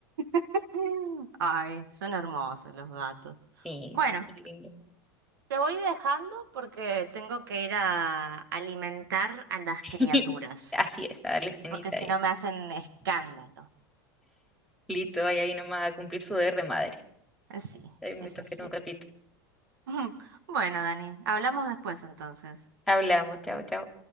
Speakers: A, on the right; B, in the centre.
A: <laughs> Ay, son hermosos los gatos.
B: Sí,
A: Bueno,
B: son muy lindos.
A: te voy dejando porque tengo que ir a alimentar a las
B: <laughs>
A: criaturas,
B: Así es, a darle cenita
A: porque si
B: y
A: no me hacen escándalo.
B: listo, vaya ahí nomás a cumplir su deber de madre.
A: Sí,
B: Ahí
A: sí,
B: me
A: sí,
B: toca
A: sí.
B: en un ratito.
A: <laughs> Bueno, Dani, hablamos después entonces.
B: Hablamos, chao, chao.